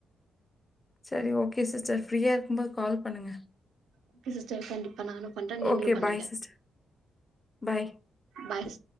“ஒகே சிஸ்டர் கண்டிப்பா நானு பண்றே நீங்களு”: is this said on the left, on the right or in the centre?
Right